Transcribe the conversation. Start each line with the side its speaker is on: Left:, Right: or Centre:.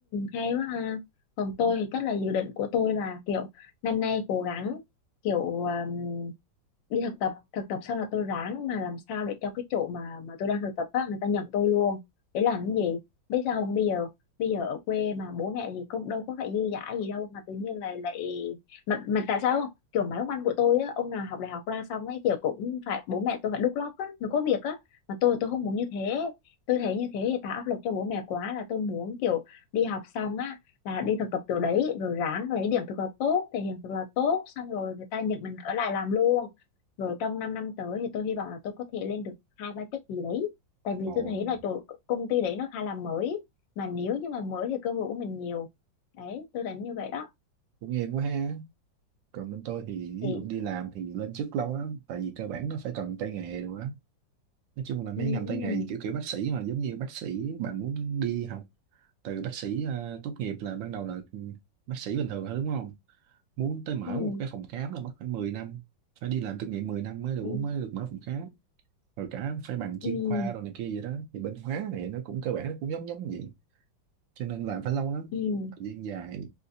Left: hay quá ha. Còn tôi
Right: Ừ.
Left: thì chắc là dự định của tôi là kiểu năm nay cố gắng kiểu um, đi thực tập, thực tập xong là tôi ráng mà làm sao để cho cái chỗ mà mà tôi đang thực tập á người ta nhận tôi luôn. Để làm cái gì? Biết sao không? Bây giờ bây giờ ở quê mà bố mẹ thì cũng đâu có phải dư dả gì đâu mà tự nhiên lại lại mà mà tại sao không? Kiểu mấy ông anh của tôi á, ông nào học đại học ra xong ấy kiểu cũng phải bố mẹ tôi phải đút lót á, nó có việc á mà tôi tôi không muốn như thế tôi thấy như thế thì tạo áp lực cho bố mẹ quá là tôi muốn kiểu đi học xong á là đi thực tập chỗ đấy rồi ráng lấy điểm thật là tốt thể hiện thật là tốt xong rồi người ta nhận mình ở lại làm luôn rồi trong 5 năm tới thì tôi hy vọng là tôi có thể lên được hai ba chức gì đấy tại vì
Right: Ồ,
Left: tôi thấy là chỗ công ty đấy nó khá là mới mà nếu như mà mới thì cơ hội của mình nhiều đấy tôi thấy như vậy đó
Right: cũng em quá ha còn bên tôi thì
Left: thì
Right: ví dụ đi làm thì lên chức lâu lắm tại vì cơ bản nó phải cần tay nghề đồ á. nói chung là mấy
Left: ừ,
Right: ngành tay nghề kiểu kiểu bác sĩ mà giống như bác sĩ bạn muốn đi học từ bác sĩ ờ, tốt nghiệp là ban đầu là ừ, bác sĩ bình thường thôi đúng không muốn tới mở
Left: ừ,
Right: một cái phòng khám là mất khoảng mười năm phải đi làm kinh nghiệm 10 năm mới đủ
Left: ừ,
Right: mới được mở phòng khám rồi cả phải bằng chuyên
Left: ừ,
Right: khoa rồi này kia vậy đó thì bên hóa này nó cũng cơ bản nó cũng giống giống vậy cho nên làm phải lâu lắm
Left: ừ,
Right: thời gian dài